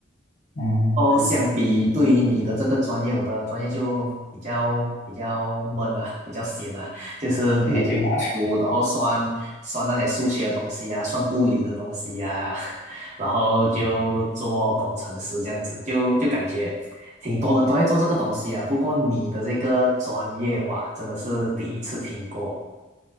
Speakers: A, on the left (about 55°); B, on the right (about 40°).
A: 嗯，
B: 哦，
A: 可以，
B: 相比对于你的这个专业，我的专业就比较比较闷啊，比较闲啊，<laughs> 就是每天就读书，
A: 不一定啦。
B: 然后算算那些数学的东西呀、算物理的东西呀、<laughs> 然后就做工程师这样子，就就感觉挺多人都在做这个东西啊。不过你的这个专业，哇，真的是第一次听过。